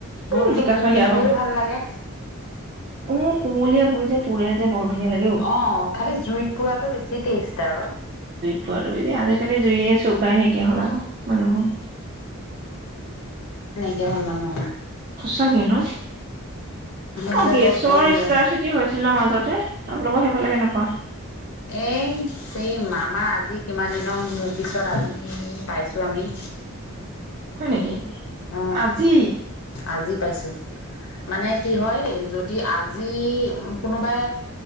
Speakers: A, on the right; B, on the left.
A: উম
B: ভোলটো
A: জিকা
B: পুৰি
A: খাই বেয়া
B: খাইও
A: পাওঁ
B: ভাল লাগে
A: উ কুমলীয়া ভুল যে পোৰে যে বৰ ধুনীয়া লাগে
B: অ' খালি জুইত পুৰাতটো বেছি টেষ্ট আৰু।
A: <unintelligible> জুই এ, চউকাই নাইকিয়া হ'ল আৰু মানুহৰ।
B: এয়া হ'ল মানুহ
A: চকে ন অ
B: বিলাকৰ
A: গেছৰ
B: কম দে
A: স্ক চিটি হৈছিল ন মাজত আপোনালোকৰ সেইফালে কেনেকুৱা?
B: এ স মামা আজি কিমান দিনৰ পিছত আজি পাইছো আমি
A: হয় নেকি?
B: অ,
A: আজি
B: আজি পাইছোন মানে কি হয় যদি আজি যি কোনোবাই